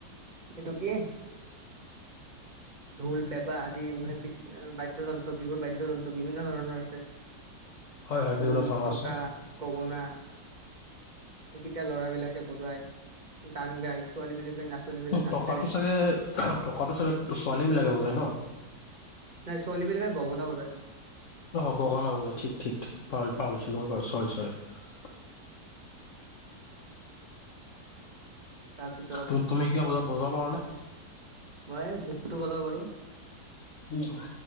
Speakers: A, on the right; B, on the left.
A: এইটো কি ঢোল পেপা আদি মানে বাদ্যযন্ত্ৰ বিহুৰ বাদ্যযন্ত্ৰ বিভিন্ন ধৰণৰ আছে
B: হয় হয়
A: ঢোল
B: বিভিন্ন ধৰণৰ
A: টকা
B: আছে
A: গগনা। এইকেইটায়া লৰা বিলাকে বজাই গান গাই ছোৱালী বিলাকে। নাচনী বিলাক নাচে
B: টকাটো চাগে টকাটো চাগে ছোৱালী বিলাকে বজায় ন।
A: নাই ছোৱালী বিলাকে গগনা বজায়।
B: অ' গগনা বজায় ঠিক-ঠিক পাহৰি পাহৰিছিলো মই চৰি-চৰি-চৰি।
A: <inaudible> তাৰপিছত
B: তুমি তুমি কিবা বজা বজাব পাৰা নে
A: মই জুটো বজাব বাৰো
B: উম,